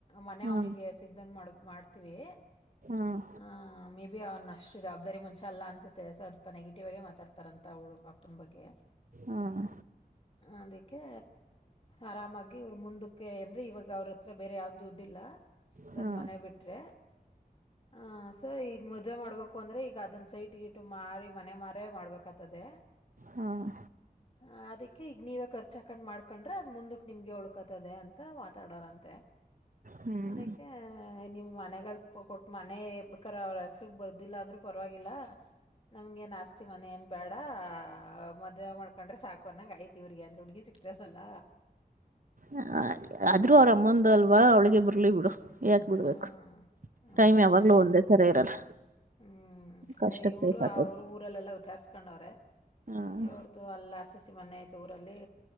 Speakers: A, on the left; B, on the right.
A: ಮನೆ
B: ಹ್ಮ್
A: ಅವ್ನಿಗೆ ಸಿಗ್ದಂಗ್ ಮಾಡ್ಬ ಮಾಡ್ತೀವಿ.
B: ಹ್ಮ್
A: ಹ ಮೆ ಬಿ ಅವ್ನ್ ಅಷ್ಟು ಜವಾಬ್ದಾರಿ ಮನುಷ್ಯ ಅಲ್ಲ ಅನ್ಸುತ್ತೆ ಸೊಲ್ಪ ನೆಗೆಟಿವ್ ಆಗೇ ಮಾತಾಡ್ತಾರಂತ ಅವ್ರಪ್ಪನ್ ಬಗ್ಗೆ.
B: ಹ್ಮ್
A: ಅದಿಕ್ ಕೆ ಆರಾಮಾಗಿ ಅವ್ರು ಮುಂದಕ್ಕೆ ಅಂದ್ರೆ ಇವಾಗ ಅವ್ರತ್ರ ಬೇರೆ ಯಾವ್ದು ದುಡ್ಡಿಲ್ಲ. ಅದೊನ್
B: ಹ್ಮ್
A: ಮನೆ ಬಿಟ್ರೆ ಹ ಸೊ ಈ ಮದ್ವೆ ಮಾಡ್ಬೇಕು ಅಂದ್ರೆ ಈಗ ಅದನ್ ಸೈಟ್ ಗೀಟು ಮಾರಿ ಮನೆ ಮಾರೆ ಮಾಡ್ಬೇಕತದೆ.
B: ಹ್ಮ್
A: ಹ ಅದಕ್ಕೆ ಈಗ ನೀವ ಚಕಂಡ್ ಮಾಡ್ಕೊಂಡ್ರೆ ಅದ್ ಮುಂದಕ್ ನಿಮ್ಗೆ ಉಳ್ಕತದೆ ಅಂತ ಮಾತಾಡಾರಂತೆ.
B: ಹ್ಮ್
A: ಅದಕ್ಕೆ ನಿಮ್ ಮನೆಗಳ್ ಕೊಟ್ಟ್ ಮನೆ ಬೇಕರ ಅವ್ರ ಹೆಸರು ಬರ್ದಿಲ್ಲಾ ಅಂದ್ರು ಪರವಾಗಿಲ್ಲ ನಮ್ಗೇನ್ ಆಸ್ತಿ ಮನೆ ಏನ್ ಬೇಡ ಮದ್ವೆ ಮಾಡ್ಕೊಂಡ್ರೆ ಸಾಕು ಅನ್ನಂಗಾಯ್ತಿವ್ರಿಗೆ ಅಂದ್ರೆ ಹುಡ್ಗಿ ಸಿಗ್ತಾರಲ್ಲ.
B: ಹ ಆದ್ರೂ ಅವ್ರಮ್ಮಂದಲ್ವಾ ಅವ್ಳಿಗೆ ಬರಲಿ ಬಿಡು. ಯಾಕ್ಬಿಡ್ಬೇಕು
A: ಹ ಹ್ಮ್
B: ಟೈಮು ಯಾವಾಗ್ಲೂ
A: ಅದೇ
B: ಒಂದೇ ಥರ ಇರಲ್ಲ.
A: ಹ್ಮ್
B: ಕಷ್ಟಕ್
A: ಅದೇ ಇವರು
B: ಬೇಕಾಗದ್
A: ಅವ್ರ್ ಊರಲ್ಲೆಲ್ಲಾ ವಿಚಾರ್ಸ್ಕೊಂಡವ್ರೆ
B: ಹ್ಮ್
A: ಇವ್ರದು ಅಲ್ಲ ಆರ್ಸಿಸಿ ಮನೆ ಐತೂರಲ್ಲಿ